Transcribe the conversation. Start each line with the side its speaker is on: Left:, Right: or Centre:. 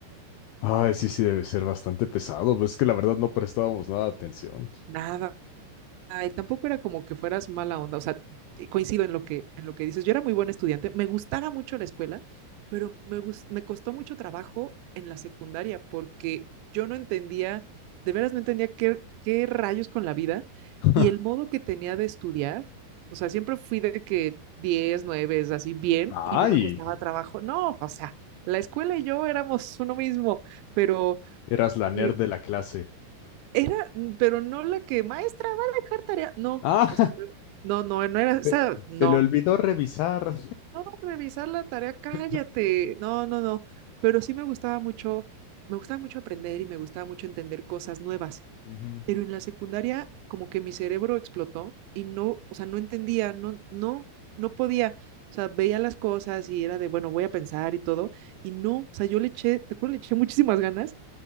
Left: Ay, sí, sí, debe ser bastante pesado. Pues es que la verdad no prestábamos nada de atención.
Right: Nada Ay, tampoco era como que fueras mala onda, o sea, te- coincido en lo que, en lo que dices. Yo era muy buen estudiante, me gustaba mucho la escuela, pero me, gus- me costó mucho trabajo en la secundaria porque yo no entendía, de veras no entendía qué, qué rayos con la vida
Left: <laughs>
Right: y el modo que tenía de estudiar, o sea, siempre fui de que 10 9, es así bien
Left: Ay,
Right: y no me costaba trabajo. No, o sea, la escuela y yo éramos uno mismo, pero...
Left: eras la nerd
Right: eh,
Left: de la clase.
Right: era, mm, pero no la que, maestra, va a dejar tarea. No,
Left: Ah, <laughs>
Right: o sea, no, no, no no era, o
Left: Se,
Right: sea, no.
Left: se le olvidó revisar.
Right: No vas a revisar la tarea, cállate.
Left: <laughs>
Right: No, no, no. Pero sí me gustaba mucho, me gustaba mucho aprender y me gustaba mucho entender cosas nuevas.
Left: Ujú,
Right: Pero en la secundaria, como que mi cerebro explotó y no, o sea, no entendía, no, no, no podía. O sea, veía las cosas y era de, bueno, voy a pensar y todo. Y no, o sea, yo le eché, te juro, le eché muchísimas ganas